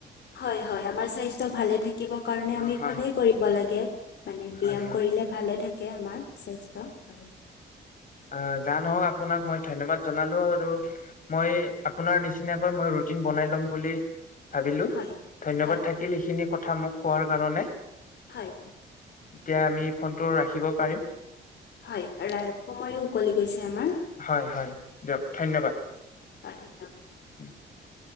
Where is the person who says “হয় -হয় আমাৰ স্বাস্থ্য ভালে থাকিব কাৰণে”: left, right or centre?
Left